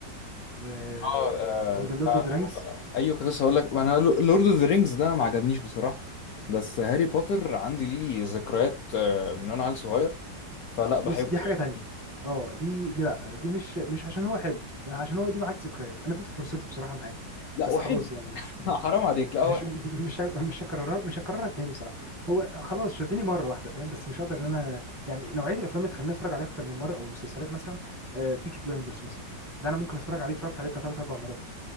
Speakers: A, on the right; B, on the left.
A: و...
B: اه آه،
A: وذا لورد
B: بتاع
A: اوف
B: اللي
A: ذا رينجز
B: هو- ايوه كنت لسه هقول لك انا لورد اوف ذا رينجز ده ما عجبنيش بصراحه بس هاري بوتر عندي ليه ذكريات آه، من وانا عيل صغير فلا
A: بص
B: بحبه
A: دي حاجة
B: يعني
A: تانية اه دي دي لا دي مش مش عشان هو حلو عشان هو دي معاك ذكريات انا اديته فرصته بصراحة معاه
B: لا
A: بس
B: وحلو
A: خلاص يعني مش
B: <laughs> حرام عليك لا
A: مش
B: هو
A: مش ه- مش هكررها مش هكررها تاني بصراحه هو خلاص شدني مره واحده فاهم بس مش هقدر ان انا يعني نوعيه الافلام اللي تخليني اتفرج عليها اكتر من مره او مسلسلات مثلا بيكي بلايندرز مثلا ده انا ممكن اتفرج عليه اتفرجت عليه بتاع ثلاث اربع مرات